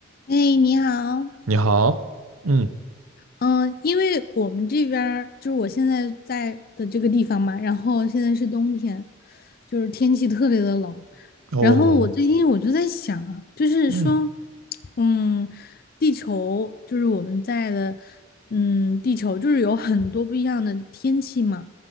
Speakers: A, on the left (about 45°); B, on the right (about 85°).
A: 哎，你好，
B: 你好，嗯，
A: 嗯，因为我们这边儿就是我现在在的这个地方嘛，然后现在是冬天，就是天气特别的冷，
B: 哦，
A: 然后我最近我就在想啊，就是说，
B: 嗯，
A: 嗯，地球就是我们在的，嗯，地球就是有很多不一样的天气嘛，